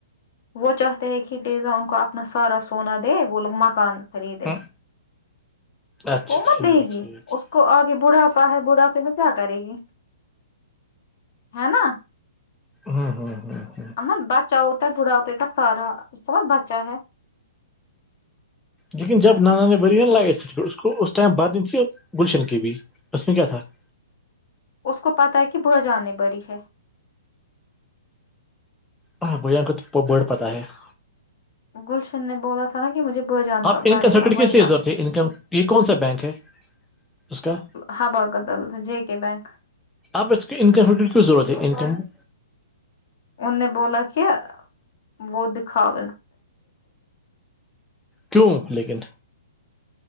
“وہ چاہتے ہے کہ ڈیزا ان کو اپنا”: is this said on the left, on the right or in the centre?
Left